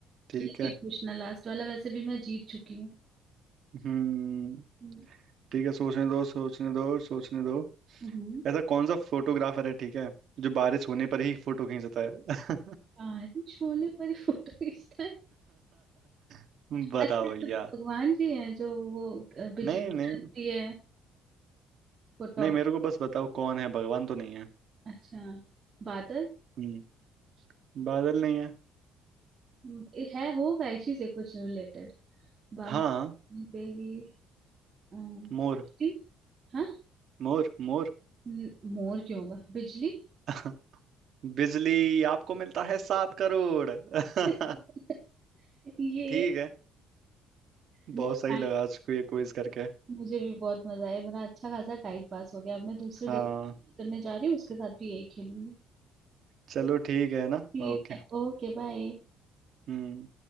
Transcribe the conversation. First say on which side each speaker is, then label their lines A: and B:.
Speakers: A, on the right; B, on the right.
A: ठीक
B: एक ही
A: है
B: पूछना लास्ट वाला वैसे भी मैं जीत चुकी हूँ
A: हम्म
B: हम्म
A: ठीक है सोचने दो सोचने दो सोचने दो
B: हम्म।
A: ऐसा कौन सा फोटोग्राफर है ठीक है जो बारिश होने पर ही फोटो खींचता है
B: बारिश होने पर ही फोटो खींचता है
A: <laughs> बताओ
B: अच्छा तो
A: भैया
B: भगवान जी हैं जो वो अ, बिजली
A: नहीं नहीं
B: कड़कती है वो टॉप
A: नहीं मेरे को बस बताओ कौन है भगवान तो नहीं है
B: अच्छा बादल
A: हम्म बादल नहीं है
B: हम्म, ए- है होगा इसी से कुछ रिलेटेड बादल
A: हाँ
B: पे ही अ, बिजली
A: मोर
B: हाँ
A: मोर मोर
B: न- मोर क्यों होगा बिजली
A: <laughs> बिजली आपको मिलता है सात करोड़ <laughs>
B: <laughs> ये
A: ठीक है बहुत
B: मेरा
A: सही
B: thank-
A: लगा आज को ये क्विज करके
B: मुझे भी बहुत मजा आया मेरा अच्छा खासा टाइम पास हो गया अब मैं दूसरे
A: हाँ
B: दो करने जा रही हूँ उसके साथ भी यही खेलूंगी
A: चलो ठीक है ना
B: ठीक
A: ओके
B: है ओके बाय
A: हम्म